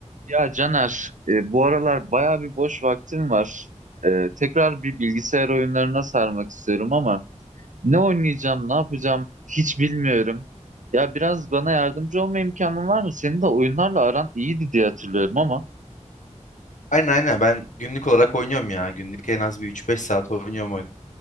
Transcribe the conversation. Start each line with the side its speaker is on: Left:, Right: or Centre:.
Right: Ya Caner, e, bu aralar bayağı bir boş vaktim var. E, tekrar bir bilgisayar oyunlarına sarmak istiyorum ama ne oynayacağım, ne yapacağım hiç bilmiyorum. Ya biraz bana yardımcı olma imkanın var mı? Senin de oyunlarla aran iyiydi diye hatırlıyorum ama.
Left: Aynen aynen ben günlük olarak oynuyorum ya. Günlük en az bir üç beş saat oynuyorum oyun.